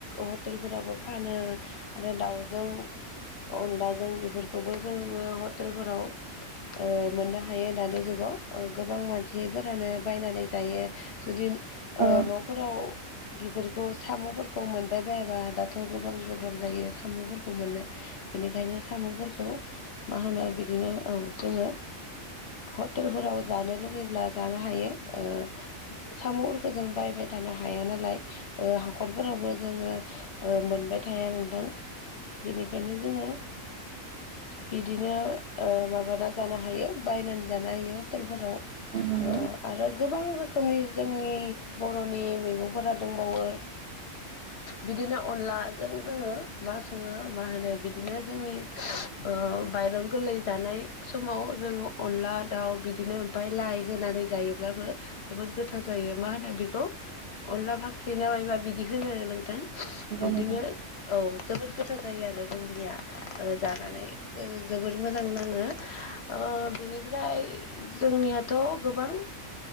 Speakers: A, on the left (about 60°); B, on the right (about 60°).
A: हसटेलफोरावबो फानो। आरो दाउजों अनलाजों बेफोरखौबो जोङो हटेलफोराव ओ मोननो हायो दानि जुगाव ओ गोबां मानसियफोरानो बायनानै जायो जुदि ओ
B: औ
A: न'फोराव बेफोरखौ साम'फोरखौ मोनबाय बायाबा दाथ' गोबां गोब्राब जायो साम'फोरखौ मोननो। बेनिखायनो साम'फोरखौ मा होनो बिदिनो औ जोङो हटेलफोराव जानो लुुबैब्ला जानो हायो ओ साम'फोरखौ जों बायबाय थानो हाया नालाय ओ हाखरफोरावबो जोङो ओ मोनबाय थाया नोंथां बेनिखायनो जोङो बिदिनो माबाना जानो हायो बायनानै जानो हायो हटेलफोराव
B: नंगौ
A: ओ आरो गोबां रोखोमनि जोंनि बर'नि मैगंफोरा दोंबावो। बिदिनो अनलाजों जोङो मा सङो मा होनो बिदिनो जोंनि <unintelligible> ओ माइरं गोरलै जानाय समाव जोङो <unintelligible> अनला दाउ बिदिनो ओमफाय लाइ होनानै जायोब्लाबो जोबोद गोथार जायो मा होनो बेखौ अनला फाख्रि ना मायबा <unintelligible> बिदि होनो नोंथां इदिनो
B: नोंथां औ औ
A: औ जोबोद गोथाव जायो आरो जोंनिया ओ जानानै ओ जोबोर मोजां नाङो ओ बिनिफ्राय जोंनियाथ' गोबां